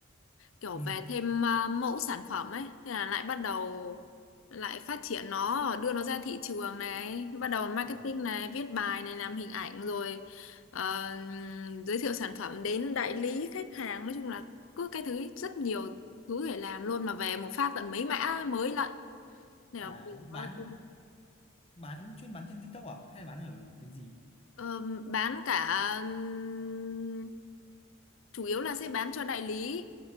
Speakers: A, on the left (about 70°); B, on the left (about 25°).
A: kiểu
B: Ừ.
A: về thêm à, mẫu sản phẩm ấy thế là lại bắt đầu lại phát triển nó đưa nó ra thị trường này bắt đầu marketing
B: À,
A: này viết bài này làm hình ảnh rồi ờ, giới thiệu sản phẩm đến đại lý khách hàng nói chung là cứ cái thứ rất nhiều thứ để làm luôn mà về một phát tận mấy mã mới lận Nên
B: à
A: là bây
B: bán
A: giờ cũng,
B: bán chuyên bán trên TikTok à? Hay là bán ở cái gì?
A: ờ, bán cả ừm, chủ yếu là sẽ bán cho đại lý